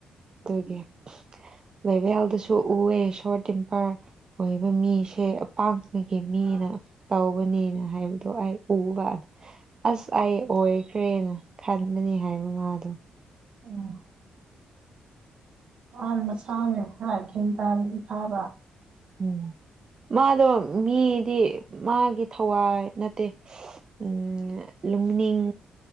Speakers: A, on the right; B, on the right.
A: ꯑꯗꯨꯒꯤ ꯚꯦꯚꯦ ꯍꯥꯎꯗꯁꯨ ꯎꯑꯦ ꯁꯣꯔ ꯇꯤꯝꯄꯔ ꯑꯣꯏꯕ ꯃꯤꯁꯦ ꯑꯄꯥꯥꯛꯄꯒꯤ ꯃꯤꯅ ꯇꯧꯕꯅꯦꯅ ꯍꯥꯏꯕꯗꯣ ꯑꯩ ꯎꯕꯥꯟ ꯑꯁ ꯑꯩ ꯑꯣꯏꯈ꯭ꯔꯦꯅ ꯈꯟꯕꯅꯦ ꯍꯥꯏ ꯃꯥꯗꯣ
B: ꯎꯝ ꯃꯥ ꯃꯁꯥꯅ ꯈꯔ ꯒ꯭ꯌꯥꯟ ꯇꯥꯔꯗꯤ ꯐꯕ
A: ꯎꯝ ꯃꯥꯗꯣ ꯃꯤꯗꯤ ꯃꯥꯒꯤ ꯊꯋꯥꯏ ꯅꯠꯇꯦ ꯎꯝ ꯂꯨꯡꯅꯤꯡ